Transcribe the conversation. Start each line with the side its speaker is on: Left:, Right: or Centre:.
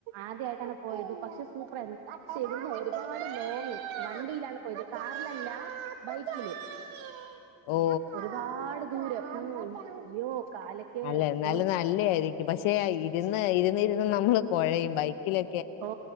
Right: ആദ്യായിട്ടാണ് പോയത് പക്ഷെ സൂപ്പറായിരുന്നു. <unintelligible> ഒരുപാട് ലോങ്ങ് വണ്ടിയിലാണ് പോയത്, കാറിലല്ല ബൈക്കില്. <inaudible>
Left: ഓ
Right: ഒരുപാട്. ദൂരം <unintelligible> മ് അയ്യോ കാലൊക്കെ
Left: അല്ല എന്നാലും
Right: പോയി
Left: നല്ല ആയിരിക്കും, പക്ഷെ ഇരുന്ന് ഇരുന്നിരുന്നു നമ്മള് കൊഴയും ബൈക്കിലെ
Right: ഓ